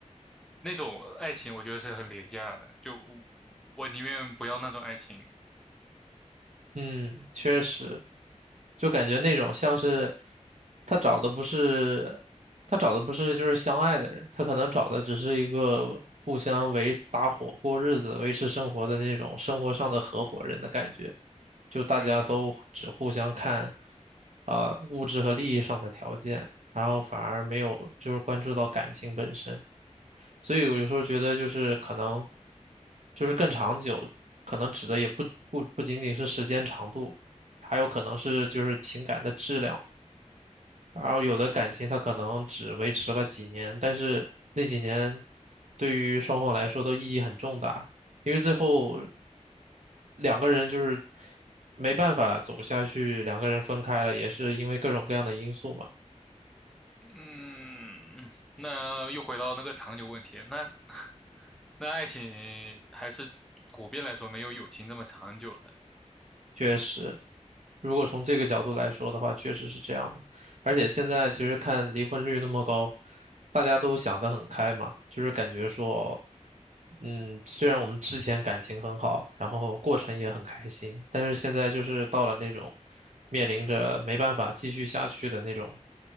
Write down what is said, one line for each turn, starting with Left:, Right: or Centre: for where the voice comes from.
Centre: 那种爱情我觉得是很廉价的，就我我宁愿不要那种爱情。
Right: 嗯，确实。就感觉那种像是他找的不是他找的不是就是相爱的人，他可能找的只是一个互相为搭伙过日子、维持生活的那种生活上的合伙人的感觉，就大家都只互相看
Centre: 嗯。
Right: 啊、物质和利益上的条件，然后反而没有就是关注到感情本身。所以我有时候觉得就是可能就是更长久，可能指的也不不不仅仅是时间长度，还有可能是就是情感的质量。然后有的感情它可能只维持了几年，但是那几年对于双方来说都意义很重大，因为最后两个人就是没办法走下去，两个人分开了，也是因为各种各样的因素嘛。
Centre: 嗯，那又回到那个长久问题，那 <laughs> 那爱情还是普遍来说没有友情这么长久的。
Right: 确实，如果从这个角度来说的话，确实是这样的。而且现在其实看离婚率那么高，大家都想得很开嘛，就是感觉说，嗯，虽然我们之前感情很好，然后过程也很开心，但是现在就是到了那种面临着没办法继续下去的那种